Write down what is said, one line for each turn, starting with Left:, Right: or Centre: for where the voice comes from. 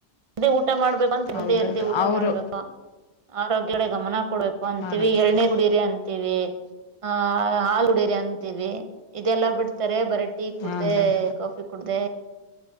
Right: ಅದೇ ಊ ಊಟ ಮಾಡ್ಬೇಕದಿ
Left: ಹೌದೌದು
Right: ಎಲ್ದಿ ಊಟ
Left: ಅವರು
Right: ಮಾಡ್ಬೇಕು ಆರೋಗ್ಯಡೆ ಗಮನ ಕೊಡಬೇಕು ಅಂತೀವಿ
Left: ಮಾಡಬೇಕು
Right: ಎಳನಿ ಕುಡೀರಿ ಅಂತೀವಿ ಆ ಹಾಲು ಹುಡೀರಿ ಅಂತ ಇವೆ ಇದೆಲ್ಲ ಬಿಡ್ತಾರೆ ಬರ ಟೀ ಕುಡ್ದ
Left: ಹಾ ಮೇಡಮ್
Right: ಕಾಫಿ ಕುಡ್ದ